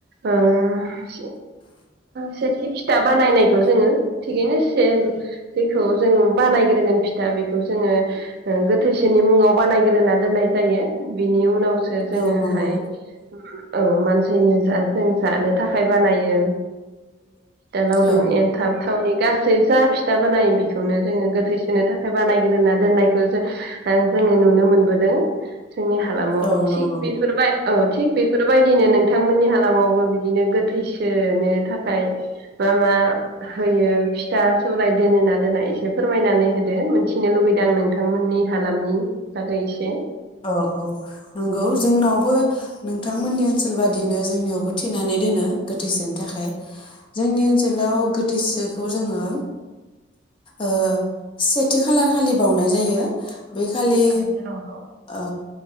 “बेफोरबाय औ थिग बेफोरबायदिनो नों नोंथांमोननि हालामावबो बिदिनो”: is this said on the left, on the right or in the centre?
Right